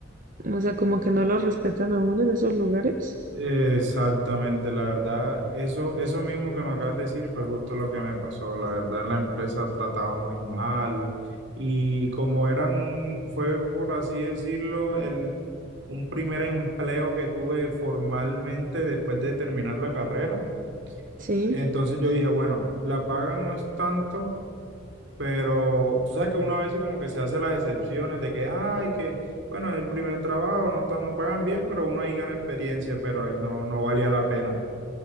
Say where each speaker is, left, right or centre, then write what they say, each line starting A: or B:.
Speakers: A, on the right; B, on the right.
A: o sea, como que no lo respetan a uno en esos lugares.
B: Exactamente, la verdad, eso, eso mismo que me acabas de decir fue justo lo que me pasó. La verdad, en la empresa trataban muy mal y como eran, un- fue por así decirlo, el, un primer empleo que tuve formalmente después de terminar la carrera.
A: Sí,
B: Entonces yo dije, bueno, la paga no es tanto, pero tú sabes que una vez como que se hace las excepciones de que, ay, que... Bueno, es el primer trabajo, no está, no pagan bien, pero uno ahí gana experiencia, pero ahí no, no valía la pena